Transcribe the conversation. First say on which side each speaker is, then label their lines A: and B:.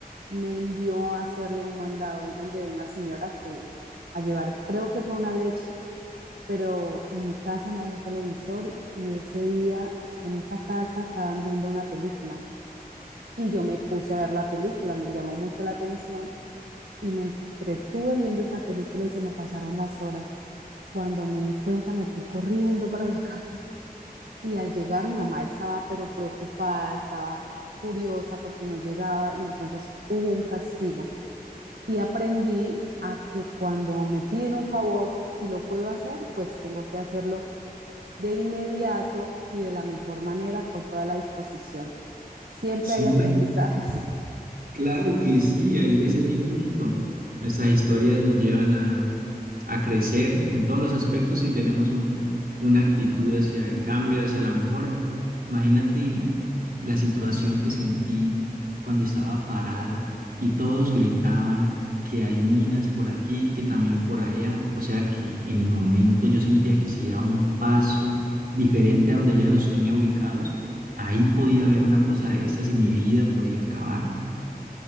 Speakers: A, on the right; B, on the right.
A: me envió a hacerle un mandado, ir donde una señora que a llevar, creo que fue una leche, pero en mi casa no había televisor y ese día en esa casa estaban viendo una película y yo me puse a ver la película, me llamó mucho la atención y me entretuve viendo esa película y se me pasaron las horas. Cuando me di cuenta me fui corriendo para la <laughs> casa. Y al llegar mi mamá estaba pero preocupada, estaba furiosa porque no llegaba y entonces hubo un castigo. Y aprendí a que cuando me piden un favor, si lo puedo hacer, pues tengo que hacerlo de inmediato y de la mejor manera con toda la disposición. Siempre
B: Sí,
A: hay
B: mira
A: aprendizajes <laughs>
B: Claro que sí, e- ese es mi punto. Nuestras historias nos llevan a, a crecer en todos los aspectos y tenemos un- una actitud hacia el cambio, hacia la mejora. Imagínate la situación que sentí cuando estaba parado y todos gritaban que hay minas por aquí, que también por allá. O sea que en el momento yo sentía que si daba un paso diferente a donde ya los tenía ubicados, ahí podía haber una cosa de estas y mi vida podía acabar.